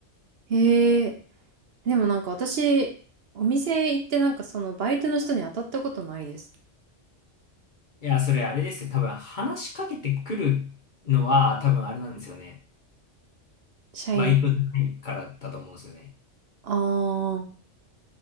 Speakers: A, on the right; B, on the left.
A: へえ、でもなんか私、お店行ってなんかそのバイトの人に当たったことないです。
B: いや、それあれですよ。多分話しかけてくるのは、多分あれなんですよね。
A: 社員。
B: バイトじゃないからだと思うんですよね。
A: ああ、